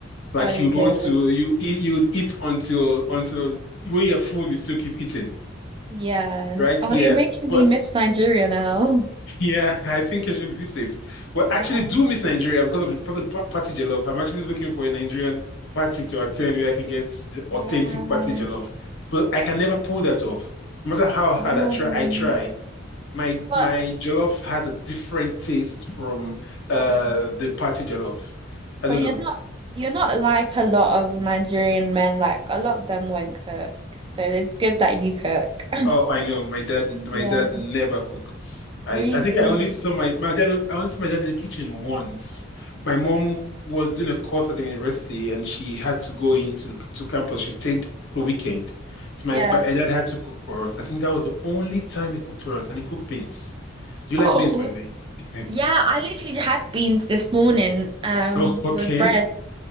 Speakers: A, on the left; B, on the right.
A: Like
B: so
A: you'd
B: good.
A: want to, you eat, you'd eat until until when you're full, you still keep eating,
B: Yeah.
A: right?
B: Oh,
A: Yeah,
B: you're making
A: but
B: me miss Nigeria now.
A: yeah, <laughs> I
B: <laughs>
A: think you should visit. But
B: Yeah,
A: actually, do miss Nigeria because of the, because of the pa- party jollof. I'm actually looking for a Nigerian party to attend where I can get the
B: yeah.
A: authentic party jollof, but I can never pull that off. No matter how
B: Um,
A: hard I try, I try. My
B: but
A: my jollof has a different taste from
B: yeah,
A: uh the party jollof. I
B: but
A: don't know.
B: you're not you're not like a lot of Nigerian men, like a lot of them won't cook. So it's good that you cook.
A: Oh, I know. My dad
B: <laughs>
A: my dad
B: Yeah,
A: never cooked. I,
B: really.
A: I think I only saw my, my dad I only saw my dad in the kitchen once. My mom was doing a course at the university and she had to go into the, to campus. She stayed the weekend. So my,
B: Yeah.
A: ba- my dad had to cook for us. I think that was the only time he cooked for us and he cooked beans. Do you
B: Oh,
A: like beans, by the way?
B: yeah.
A: <laughs>
B: I literally had beans this morning, um,
A: Oh, okay.
B: with bread.